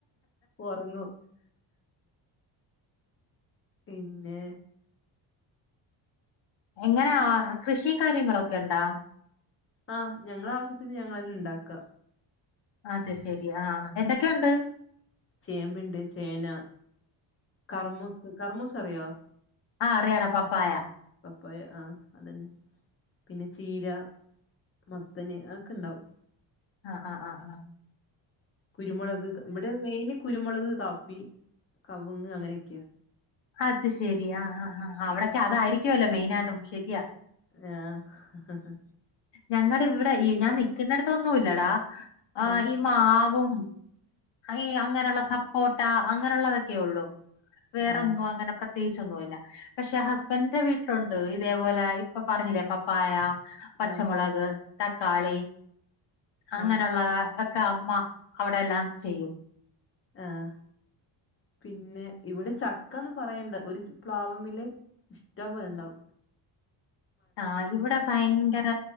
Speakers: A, on the left; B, on the left.
A: ഒർങ്ങും പിന്നെ
B: എങ്ങനാ കൃഷിം കാര്യങ്ങളൊക്കെ ഇണ്ടാ
A: ആ ഞങ്ങള ആവശ്യത്തിന് ഞങ്ങളെന്നെ ഇണ്ടാക്ക
B: അത് ശെരി ആ എന്തൊക്കെയുണ്ട്
A: ചേമ്പ്ണ്ട് ചേന കറ്മൂ. കറ്മൂസ അറിയോ
B: ആ അറിയാടാ പപ്പായ
A: പപ്പായ ആ അതന്നെ പിന്നെ ചീര മത്തന് അഒക്കെ ഇണ്ടാവും
B: ആ ആ ആ ആ
A: കുരുമുളക് ക ഇവടെ മെയിന് കുരുമുളക് കാപ്പി കവുങ്ങ് അങ്ങനൊക്ക്യാ
B: അത് ശരി ആ ആ ആ അവടൊക്കെ അതായിരിക്കുവല്ലോ മെയിനായിട്ടും ശെരിയാ
A: ആഹ്
B: ഞങ്ങടെ ഇവടെ ഈ ഞാൻ നിക്കുന്നൊടത്തൊന്നുല്ലടാ ആ
A: ആഹ്
B: ഈ മാവും ഈ അങ്ങനള്ള സപ്പോട്ടാ അങ്ങനള്ളതൊക്കെ ഒള്ളു വേറൊന്നും
A: ആഹ്
B: അങ്ങനെ പ്ര ത്യേകിച്ചൊന്നുല്ല പക്ഷെ ഹസ്ബൻന്റെ വീട്ടിലുണ്ട് ഇതേപോലെ ഇപ്പ പർഞ്ഞി ലെ പ പ്പായ, പച്ചമുളക്,
A: ആഹ്
B: തക്കാളി
A: ആഹ്
B: അങ്ങനള്ള
A: ആഹ്
B: <unintelligible> ക്ക അമ്മ അവടെല്ലാം ചെയ്യും
A: ആഹ് പിന്നെ ഇവിടെ ചക്കാന്നും പറയ്ണ്ട് ഒരു പ്ലാവ്മല് ഇഷ്ടം പോലെ ഇണ്ടാവും
B: ആ ഇവടെ ഭയങ്കര